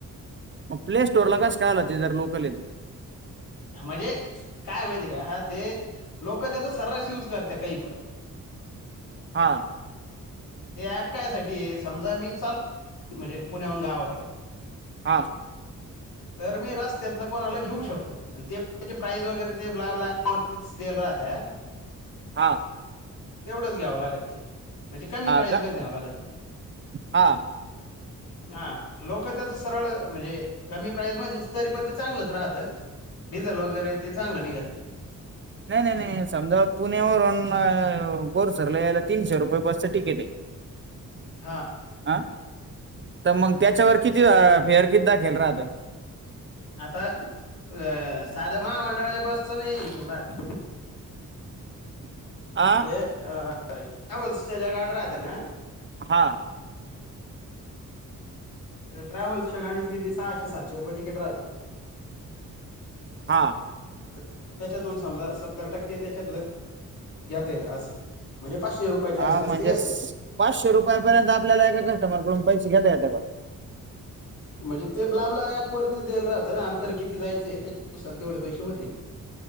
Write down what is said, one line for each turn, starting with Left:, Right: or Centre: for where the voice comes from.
Right: मग प्ले स्टोर ला कस कायला ते जर लोकल येत
Left: म्हणजे काय माहितेका ते लोक त्याचं सर्रस यूज करत्या काही पण
Right: हा
Left: ते ऍप कायासाठीये समजा मी चाल म्हणजे पुण्याहून गावाकड
Right: हा
Left: तर मी रस्त्यातलं कोणाला घेऊ शकतो. आणि ते प्राइज वगैरे ते ब्लॅग् वरतीच दिल राहत
Right: हा
Left: तेवढंच घ्यावं लागते. कमी
Right: हा
Left: प्राईज
Right: का
Left: मध न्यावं लागत
Right: हा
Left: हा लोकं त्याच सरळ म्हणजे कमी प्राईज मधीच तरी पण ते चांगलंच राहतं. डिझेल वगैरे ते चांगलं निघत.
Right: नाही नाही नाही समजा पुण्यावरून बोरसरला यायला तीनशे रुपये बसचं तिकीटय. <inaudible>
Left: हा
Right: अ त मग त्याच्यावर किती फेअर किती दाखेल रातं
Left: आता अ साध्या महामंडळाच्या बसच नाही हिशोब रात
Right: <inaudible> आ
Left: ये अ ह ट्रयावल्सचा ज्या गाड्या राहते ना
Right: हा
Left: ट्रॅव्हल्सच्या गाडीचं किती सहाशे सातशे रुपये तिकिट रहात.
Right: हा
Left: तर त्याच्यातून समजा सत्तर टक्के त्याच्यातलं घेता येत असं म्हणजे पाचशे रुपयाच्या
Right: हा
Left: आसपास
Right: म्हणजे
Left: ते घेता
Right: स- पाचशे रुपयापर्यंत आपल्याला एका कस्टमरकडून पैसे घेता येत का
Left: म्हणजे ते ब्ला ब्ला ऍप वरती देईल राहतं आंतर किती जायचंय त्याच्यानुसार तेवढे पैसे होतील.